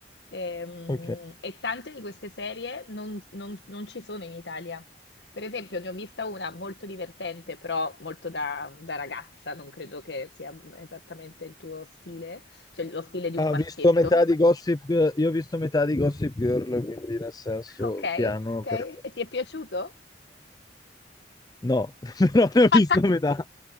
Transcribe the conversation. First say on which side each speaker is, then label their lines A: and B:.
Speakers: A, on the left; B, on the left.
A: Ehm,
B: ok.
A: E, tante di queste serie non, non- non ci sono in Italia. Per esempio, ne ho vista una molto divertente, però molto da, da ragazza, non credo che sia esattamente il tuo stile, cioè lo stile di
B: Ah,
A: un maschietto.
B: ho visto metà di Gossip, Girl- io ho visto metà di Gossip Girl, quindi nel senso
A: Ok, ok,
B: piano perché...
A: e ti è piaciuto?
B: No, <laughs> però ne
A: <laughs>
B: ho visto metà.